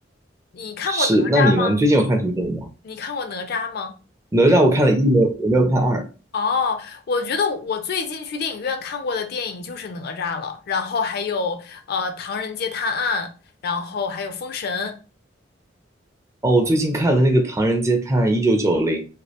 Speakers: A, on the left; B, on the right.
A: 你看过哪吒吗？
B: 是，那你呢？你最近有看什么电影吗？
A: 你看过哪吒吗？
B: 哪吒我看了一，没有，我没有看二。
A: 哦，我觉得我最近去电影院看过的电影就是哪吒了，然后还有呃《唐人街探案》，然后还有《封神》。
B: 哦，我最近看了那个《唐人街探案一九九零》，